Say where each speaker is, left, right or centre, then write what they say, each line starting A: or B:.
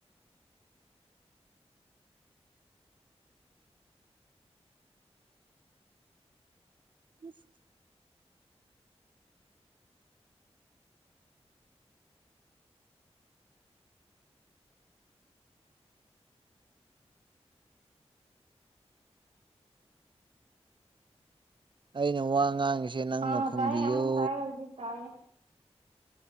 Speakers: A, on the right (about 45°); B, on the right (about 85°).
A: <unintelligible> ꯑꯩꯅ ꯋꯥ ꯉꯥꯡꯉꯤꯁꯦ ꯅꯪꯅ
B: ꯑꯥ
A: ꯈꯨꯝꯕꯤꯌꯨ
B: ꯇꯥꯏꯌꯦ ꯑꯃꯨꯛ ꯇꯥꯏꯌꯦ ꯍꯧꯖꯤꯛ ꯇꯥꯏꯌꯦ